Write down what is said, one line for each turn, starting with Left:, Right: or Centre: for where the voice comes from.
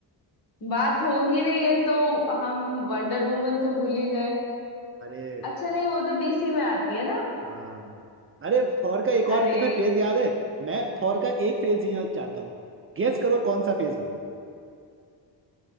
Left: बात हो ही रही है तो हम वंडर वुमन तो भूल ही गए
Right: अरे
Left: अच्छा नहीं वो तो डीसी में आती है ना
Right: हाँ अरे थॉर का एक
Left: अरे
Right: और तुम्हें फेज याद है मैं थॉर का एक फेज जीना चाहता हूँ गेस करो कौन सा फेज होगा